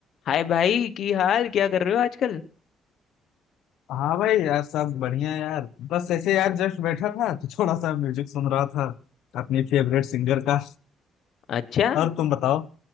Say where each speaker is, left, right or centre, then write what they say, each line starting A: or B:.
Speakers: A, on the left; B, on the left.
A: हाय भाई की हाल क्या कर रहे हो आजकल
B: हाँ भाई यार सब बढ़िया यार बस ऐसे यार जस्ट बैठा था तो थोड़ा सा म्यूजिक सुन रहा था अपने फेवरेट सिंगर का
A: अच्छा
B: और तुम बताओ